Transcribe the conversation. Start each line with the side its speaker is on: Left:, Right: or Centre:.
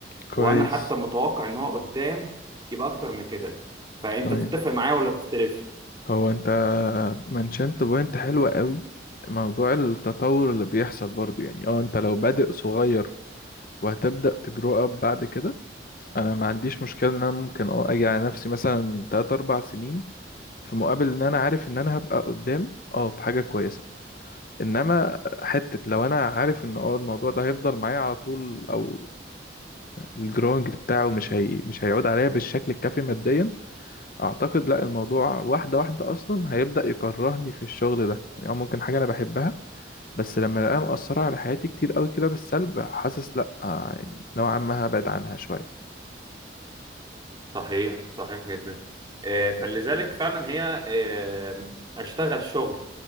Left: كويس
Right: وانا حتى متوقع ان هو قدام يبقى اكتر من كده فانت
Left: تمام
Right: تتفق معايا ولا تختلف
Left: هو انت منشنت بوينت حلوة قوي موضوع التطور اللي بيحصل برضو يعني اه انت لو بادئ صغير وهتبدأ تجرو اب بعد كده انا ما عنديش مشكلة ان انا ممكن اه اجي على نفسي مثلا 3 4 سنين في مقابل ان انا عارف ان انا هبقى قدام اه في حاجة كويسة انما حتة لو انا عارف ان اه الموضوع ده هيفضل معايا على طول او الجرونج بتاعه مش هي مش هيعود عليا بالشكل الكافي ماديا اعتقد لا الموضوع واحده واحده اصلا هيبدا يكرهني في الشغل ده يعني او ممكن حاجه انا بحبها بس لما الاقيها مأثره على حياتي كتير قوي كده بالسلب حاسس لا آه، يعني نوعا ما هبعد عنها شويه
Right: صحيح صحيح جدا آه، فلذلك فعلا هي آه، اشتغل شغل